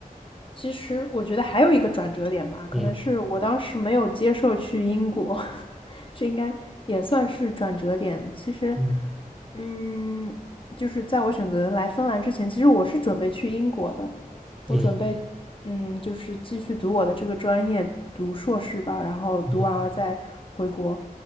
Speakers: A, on the left; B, in the centre.
A: 其实我觉得还有一个转折点吧，可能是我当时没有接受去英国，
B: 嗯
A: <laughs> 这应该也算是转折点。其实，
B: 嗯
A: 嗯，就是在我选择来芬兰之前，其实我是准备去英国的，
B: 嗯嗯
A: 我准备，嗯，就是继续读我的这个专业，读硕士吧，然后读完了再回国。
B: 嗯嗯嗯嗯。